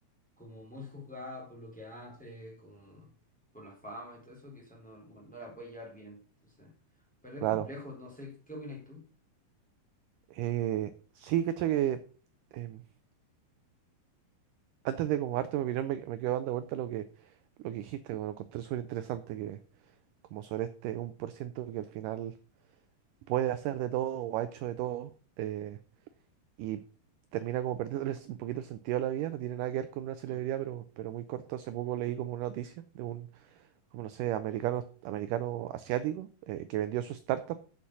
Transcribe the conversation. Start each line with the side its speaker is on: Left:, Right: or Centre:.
Centre: como muy juzgada por lo que hace, como por la fama y todo eso, quizás no, no, no la puede llevar bien. Entonces, pero es
Right: claro.
Centre: complejo, no sé, ¿qué opinas tú?
Right: Eh, sí, cacha que em, antes de como darte mi opinión me, me quedo dando vuelta lo que, lo que dijiste, que me lo encontré súper interesante, que como sobre este un por ciento que al final puede hacer de todo o ha hecho de todo. eh, y termina como perdiéndoles un poquito el sentido a la vida, no tiene nada que ver con una celebridad,
Centre: Mm.
Right: pero, pero muy corto, hace poco leí como una noticia de un, como no sé, americano, americano asiático eh, que vendió su startup